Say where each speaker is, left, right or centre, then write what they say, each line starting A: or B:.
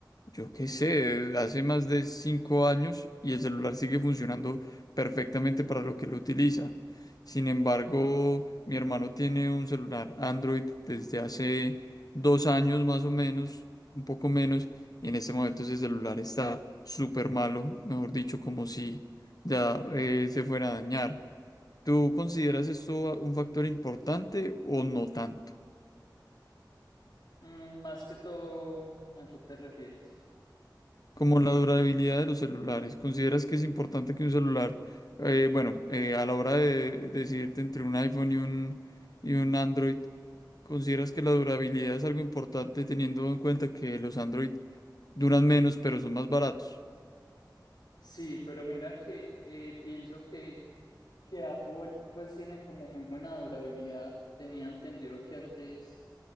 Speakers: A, on the left; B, on the left.
A: yo qué sé, hace más de cinco años y el celular sigue funcionando perfectamente para lo que lo utiliza. Sin embargo, mi hermano tiene un celular Android desde hace dos años más o menos, un poco menos, y en este momento ese celular está súper malo, mejor dicho, como si ya eh, se fuera a dañar. ¿Tú consideras esto un factor importante o no tanto?
B: Mm, más que todo, ¿a qué te refieres?
A: Como la durabilidad de los celulares, ¿consideras que es importante que un celular, eh, bueno, eh, a la hora de decidirte entre un iPhone y un, y un Android, ¿consideras que la durabilidad es algo importante teniendo en cuenta que los Android duran menos pero son más baratos?
B: Sí, pero mira que eh, pienso que, que Apple pues tiene como muy buena durabilidad. Tenía entendido que antes